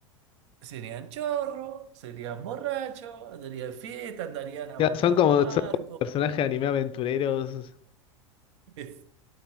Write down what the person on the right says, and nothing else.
Serían chorros, serían borrachos, andarían fiesta, andarían abordando
barcos.
<laughs>